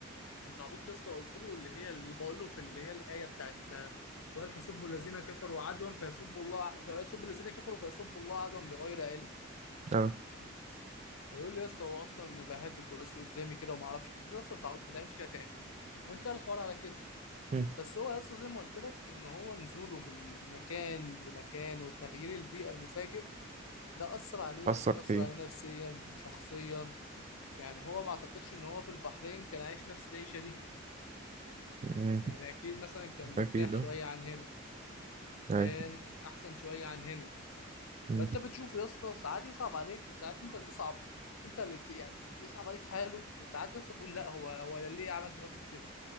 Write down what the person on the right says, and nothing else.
اه
امم
اثر
فيه
امم
اكيد
اه
ايوه
أمم.